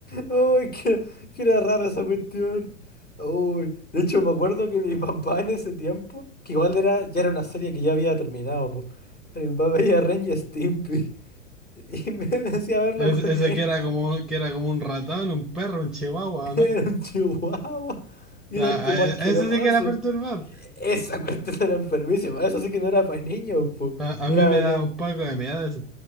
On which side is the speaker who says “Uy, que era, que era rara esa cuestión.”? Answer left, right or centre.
Left